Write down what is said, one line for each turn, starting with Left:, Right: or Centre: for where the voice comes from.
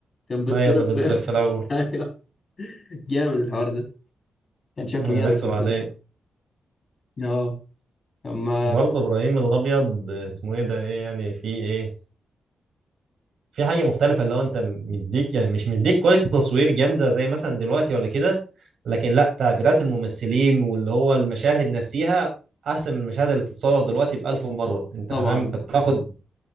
Left: كان بيتضرب
Right: ايوه اللي بيتضرب
Left: ب-
Right: في الاول
Left: <laughs> ايوه جامد الحوار ده كان شكله
Right: عرفته
Left: جامد في
Right: بعدين
Left: الفيلم اه اما
Right: وبرضه ابراهيم الابيض اسمه ايه ده ايه يعني في ايه في حاجه مختلفه اللي هو انت مديك يعني مش مديك كواليتي تصوير جامده زي مثلا دلوقتي ولا كده لكن لا تعبيرات الممثلين واللي هو المشاهد نفسها احسن من المشاهد اللي بتتصور دلوقتي بألف مره انت
Left: طبعا
Right: فاهم انت بتاخد